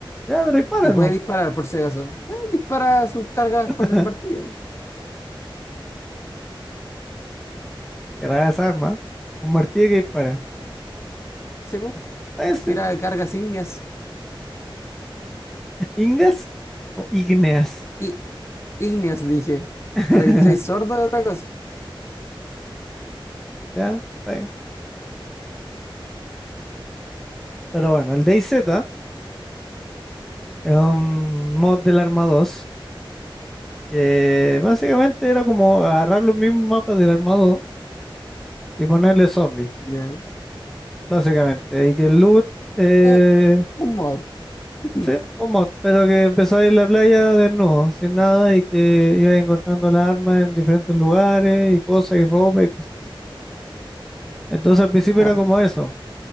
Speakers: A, in the centre; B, on the left (about 30°).
A: Ya, pero dispara,
B: Y puede
A: ¿no?
B: disparar, por si acaso. Ya, dispara sus cargas
A: <laughs>
B: con el martillo.
A: Qué rara esa arma. ¿eh? Un martillo que dispara.
B: ¿Sí, po?
A: Ah, Ese,
B: Tira cargas ígneas.
A: Ingas o Igneas.
B: Y Igneos, dije.
A: <laughs>
B: Ahora que tú seas sordo de otra cosa.
A: Ya, está bien. Pero bueno, el DayZ es un mod del Arma dos Eh, básicamente era como agarrar los mismos mapas del armado y ponerle zombies,
B: Ya.
A: básicamente. Y que el loot, eh,
B: Uh, Un mod. <laughs>
A: sí, un mod, pero que empezó a ir a la playa desnudo, sin nada, y que iba encontrando las armas en diferentes lugares y cosas y ropa y cosas así. Entonces al principio
B: Claro.
A: era como eso.